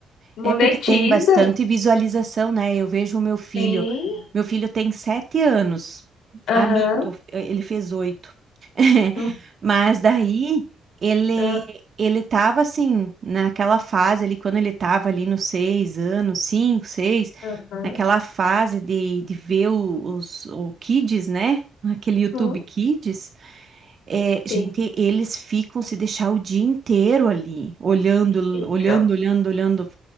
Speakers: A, on the left; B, on the right.
A: Monetiza.
B: É porque tem bastante visualização, né? Eu vejo o meu filho.
A: Sim.
B: Meu filho tem sete anos.
A: Aham.
B: A mito, ele fez oito. <laughs>
A: Hum,
B: Mas daí ele
A: ah,
B: ele tava assim, naquela fase ali, quando ele tava ali nos seis anos, cinco, seis,
A: Aham.
B: naquela fase de, de ver o- os o Kids, né? Aquele YouTube
A: Hum,
B: Kids. É, gente,
A: Sim.
B: eles ficam se deixar o dia inteiro ali, olhando,
A: Fica.
B: olhando, olhando, olhando.